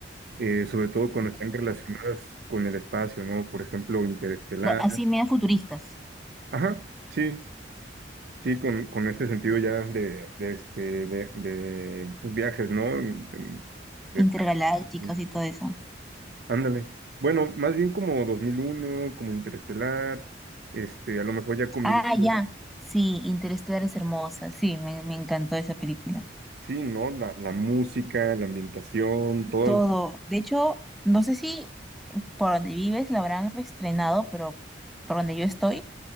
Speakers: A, on the right; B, in the centre.
A: eh, sobre todo cuando
B: Ok.
A: están relacionadas con el espacio, ¿no? Por ejemplo, Interestelar.
B: La- Así medio futuristas,
A: Ajá. Sí, Sí, con, con este sentido ya de, de, este, de, de pues, viajes, ¿no? De- de-
B: intergalácticos
A: de-
B: y todo eso.
A: ándale. Bueno, más bien como 2001 como Interestelar, este, a lo mejor ya combinando,
B: Ah, ya. Sí, Interestelar es hermosa. Sí, me, me encantó esa película.
A: sí, ¿no? La, la música, la ambientación, todo.
B: Todo. De hecho, no sé si por donde vives la habrán reestrenado, pero por donde yo estoy,